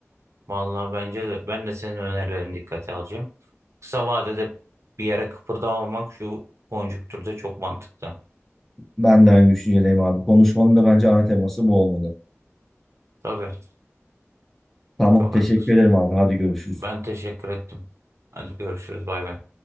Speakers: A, on the right; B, in the centre.
A: Vallahi bence de ben de senin önerilerini dikkate alacağım. Kısa vadede bir yere kıpırdamamak şu konjüktürde çok mantıklı.
B: Ben de aynı düşüncedeyim abi. Konuşmanın da bence ana teması bu olmalı.
A: Tabii.
B: Tamam,
A: Çok
B: teşekkür
A: haklısın.
B: ederim abi. Hadi görüşürüz.
A: Ben teşekkür ettim. Hadi görüşürüz. Bay bay.